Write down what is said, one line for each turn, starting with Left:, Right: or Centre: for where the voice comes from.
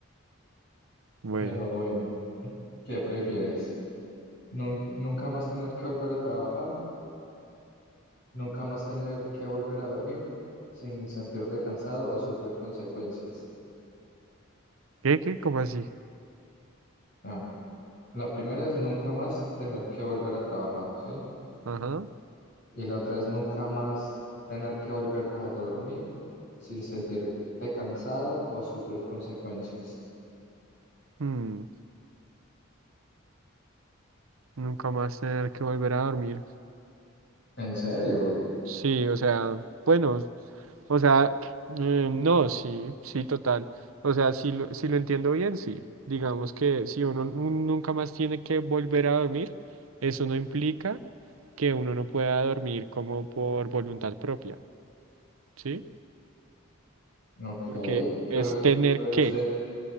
Right: Bueno,
Left: Pero bueno, ¿qué prefieres? Nun- ¿Nunca más tener que volver a trabajar? ¿Nunca más tener que volver a dormir sin sentirte cansado o sufrir consecuencias?
Right: ¿qué, qué? ¿Cómo así?
Left: Ah, la primera es nunca más tener que volver a trabajar, ¿sí?
Right: Ajá.
Left: Y la otra es nunca más tener que volver a dormir sin sentirte cansado o sufrir consecuencias.
Right: mm, nunca más tener que volver a dormir.
Left: ¿En serio?
Right: Sí, o sea, bueno, o sea, eh, no, sí, sí, total. O sea, si lo, si lo entiendo bien, sí. Digamos que si uno nun- nunca más tiene que volver a dormir, eso no implica que uno no pueda dormir como por voluntad propia, ¿sí?
Left: Ok,
Right: Porque es
Left: pero,
Right: tener
Left: pero
Right: que.
Left: usted,